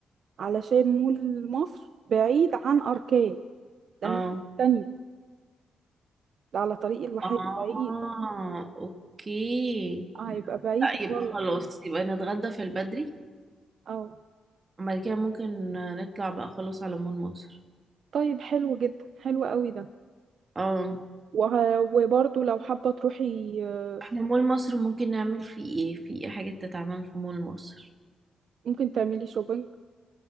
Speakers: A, on the right (about 50°); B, on the right (about 25°).
A: علشان مول مصر بعيد عن أركان ده
B: اه
A: الناحية التانية ده على طريق الواحات
B: اه
A: بعيد
B: اوكي
A: آه، هيبقى بعيد
B: لا
A: خالص
B: يبقى خلاص يبقى نتغدى في البدري
A: اه
B: وبعد كده ممكن نطلع بقى خلاص على مول مصر
A: طيب حلو جدا حلو قوي ده
B: اه
A: وه... وبرضه لو حابة تروحي آه،
B: احنا مول مصر ممكن نعمل فيه ايه في ايه حاجات تتعمل في مول مصر
A: ممكن تعملي شوبينج